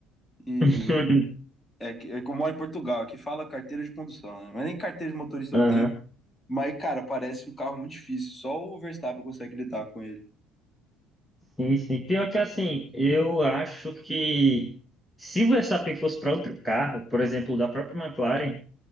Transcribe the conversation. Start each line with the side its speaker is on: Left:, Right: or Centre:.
Left: e
Centre: <laughs>
Left: é que, é que eu moro em Portugal, aqui fala carteira de condução, né? Mas nem carteira de motorista
Centre: Aham,
Left: eu tenho. Mas, cara, parece um carro muito difícil. Só o Verstappen consegue lidar com ele.
Centre: Sim, sim. Pior que assim, eu acho que se o Verstappen fosse para outro carro, por exemplo, da própria McLaren.